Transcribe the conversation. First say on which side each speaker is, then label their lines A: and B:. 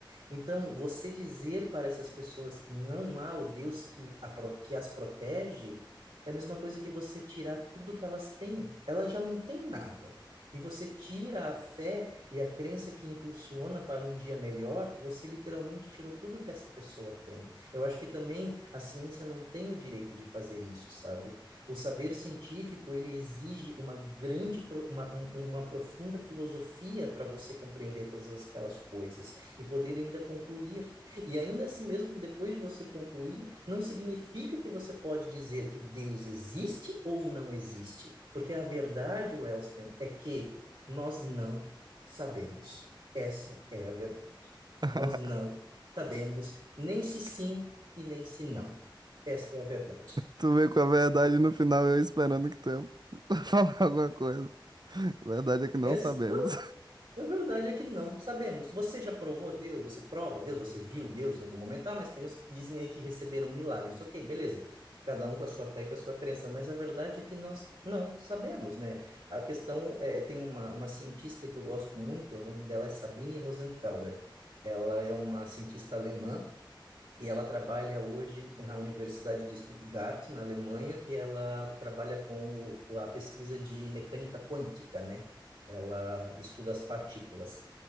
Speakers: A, on the right; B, on the right.
A: Então, você dizer para essas pessoas que não há o Deus que, a pro- que as protege é a mesma coisa que você tirar tudo que elas têm. Elas já não têm nada. E você tira a fé e a crença que impulsiona para um dia melhor, você literalmente tirou tudo que essa pessoa tem. Eu acho que também a ciência não tem o direito de fazer isso, sabe? O saber científico, ele exige uma grande, pro- uma, um- uma profunda filosofia para você compreender todas aquelas coisas e poder ainda concluir. E ainda assim mesmo, depois de você concluir, não significa que você pode dizer que Deus existe ou não existe, porque a verdade, Wellston, é que nós não sabemos. Essa é a verdade.
B: <laughs>
A: Nós não sabemos nem se sim e nem se não. Essa é a verdade.
B: Tu vê com a verdade no final, eu esperando que tu ia <laughs> falar alguma coisa. A verdade é que não
A: Essa,
B: sabemos.
A: não, A verdade é que não sabemos. Você já provou Deus? Você prova Deus? Você viu Deus em algum momento? Ah, mas tem os que dizem aí que receberam milagres. Ok, beleza. Cada um com a sua fé e com a sua crença. Mas a verdade é que nós não sabemos, né? A questão é, tem uma, uma cientista que eu gosto muito, o nome dela é Sabine Rosenfelder. Ela é uma cientista alemã. E ela trabalha hoje na Universidade de Stuttgart, na Alemanha, e ela trabalha com o, o- a pesquisa de mecânica quântica, né? Ela estuda as partículas.